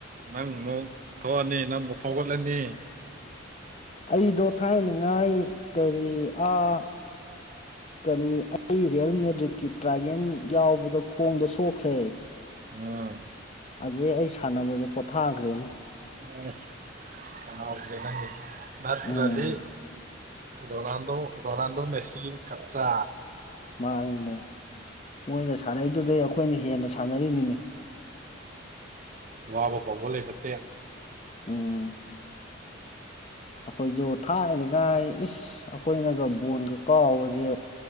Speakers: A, on the right; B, on the left.
A: ꯅꯪ ꯑꯃꯨꯛ ꯊꯣꯛꯑꯅꯤ ꯅꯪ ꯑꯃꯨꯛ ꯐꯥꯎꯒꯠꯂꯅꯤ
B: ꯑꯩꯗꯣ ꯊꯥꯏꯅꯉꯥꯏ ꯀꯔꯤ ꯑꯥ ꯀꯅꯤ ꯑꯩ ꯔꯤꯌꯦꯜ ꯃꯦꯗ꯭ꯔꯤꯠꯀꯤ ꯇ꯭ꯔꯥꯒꯦꯟ ꯌꯥꯎꯕꯗ ꯈꯣꯡꯗ ꯁꯣꯛꯈ꯭ꯔꯦ
A: ꯉ
B: ꯑꯗꯨꯗꯩ ꯑꯩ ꯁꯥꯟꯅꯕꯁꯦ ꯄꯣꯊꯥꯈ꯭ꯔꯦꯅꯤ
A: <unintelligible> ꯅꯠꯇ꯭ꯔꯗꯤ
B: ꯎꯝ
A: ꯔꯣꯅꯥꯜꯗꯣ ꯔꯣꯅꯥꯜꯗꯣ ꯃꯦꯁꯤ ꯀꯠꯆꯥ
B: ꯃꯥꯅꯤꯅꯦ ꯃꯣꯏꯅ ꯁꯥꯟꯅꯩꯗꯨꯗꯩ ꯑꯩꯈꯣꯏꯅ ꯍꯦꯟꯅ ꯁꯥꯟꯅꯔꯤꯃꯤꯅꯤꯅꯦ
A: ꯋꯥꯕ ꯀꯧꯕ ꯂꯩꯕ ꯇꯦ
B: ꯎꯝ ꯑꯩꯈꯣꯏꯁꯨ ꯊꯥꯏꯅꯉꯥꯏ ꯏꯁ ꯑꯩꯈꯣꯏꯅꯒ ꯕꯣꯟꯒ ꯀꯥꯎꯕꯁꯦ